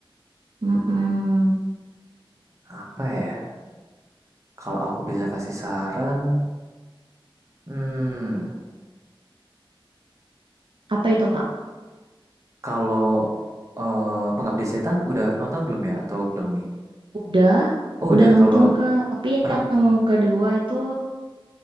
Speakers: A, on the right; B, on the right.
A: Mm-mm.
B: apa ya? Kalau aku bisa kasih saran, hmm,
A: Apa itu Kak?
B: kalau eh, Pengabdi Setan udah nonton belum ya atau belum nih?
A: Udah,
B: Oh
A: udah
B: udah,
A: nonton
B: kalau
A: Kak. Tapi
B: perempuan
A: yang kedua itu